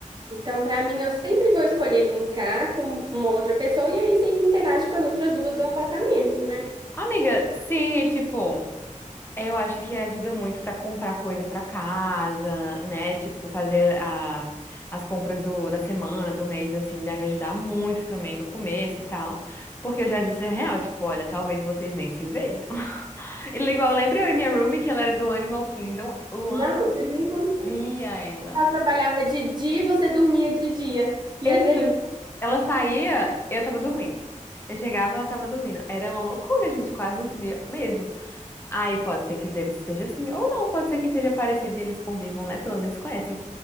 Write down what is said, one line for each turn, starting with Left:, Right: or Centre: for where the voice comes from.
Right: Então, para mim, eu sempre vou escolher linkar com uma outra pessoa e aí você interage com as outras duas do apartamento, né?
Left: Amiga, sim, e tipo. É, Eu acho que ajuda muito para comprar coisa para casa, né? Tipo, fazer a, as compras do, da semana, do mês, assim, deve ajudar muito também no começo e tal. Porque eu já disse a real, tipo, olha, talvez vocês nem se vejam. <laughs> E igual, lembra eu e minha roomie, que ela era do Animal Kingdom? Luana
Right: Não, vocês
Left: não
Right: encontrar.
Left: via ela.
Right: Ela trabalhava de dia e você dormia de dia. E
Left: Exato.
Right: era isso.
Left: Ela saía, eu tava dormindo. Eu chegava, ela tava dormindo. Era uma loucura, a gente quase não se via mesmo. Aí pode ser que deles esteja assim, ou não, pode ser que seja parecido e eles convivam, né? Pelo menos conhecem.